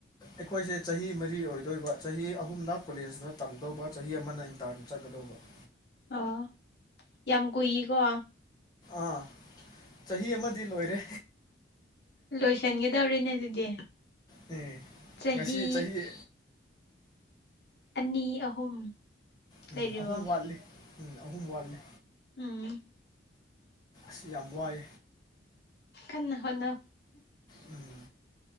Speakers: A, on the left; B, on the left.
A: ꯑꯩꯈꯣꯏꯁꯦ ꯆꯍꯤ ꯃꯔꯤ ꯑꯣꯏꯗꯣꯏꯕ ꯆꯍꯤ ꯑꯍꯨꯝꯗ ꯀꯣꯂꯦꯖꯇ ꯇꯝꯗꯧꯕ ꯆꯍꯤ ꯑꯃꯅ ꯏꯟꯇꯔꯟ ꯆꯠꯀꯗꯧꯕ ꯍꯣ
B: ꯑ ꯌꯥꯝ ꯀꯨꯏꯀꯣ
A: ꯑꯥ ꯆꯍꯤ ꯑꯃꯗꯤ ꯂꯣꯏꯔꯦ
B: ꯂꯣꯏꯁꯤꯟꯒꯗꯧꯔꯤꯅꯦ ꯑꯗꯨꯗꯤ
A: ꯎꯝ
B: ꯆꯍꯤ
A: ꯉꯁꯤ ꯆꯍꯤꯍꯤ
B: ꯑꯅꯤ ꯑꯍꯨꯝ
A: ꯎꯝ
B: ꯂꯩꯔꯤꯕꯣ
A: ꯑꯍꯨꯝ ꯋꯥꯠꯂꯤ ꯎꯝ ꯑꯍꯨꯝ ꯋꯥꯠꯂꯤ
B: ꯎꯝ
A: ꯁꯤ ꯌꯥꯕꯏ
B: ꯀꯟꯅ ꯍꯣꯅ
A: ꯎꯝ